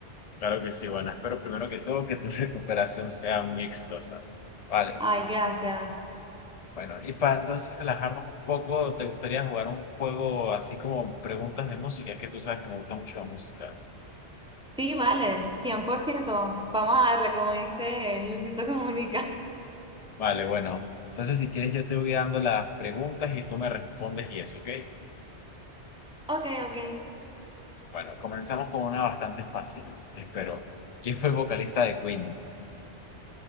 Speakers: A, on the left; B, in the centre.
A: claro que sí. Bueno, espero primero que todo que tu <laughs> recuperación sea muy exitosa. Vale,
B: Ay, gracias.
A: bueno, y para entonces relajarnos un poco, ¿te gustaría jugar un juego así como preguntas de música? Es que tú sabes que me gusta mucho la música.
B: Sí, vale, cien por ciento, Vamos a darle, como dice Luisito Comunica. <laughs>
A: Vale, bueno. Entonces, si quieres, yo te voy dando las preguntas y tú me respondes y eso, ¿ok?
B: Ok, ok.
A: Bueno, comenzamos con una bastante fácil, espero. ¿Quién fue el vocalista de Queen?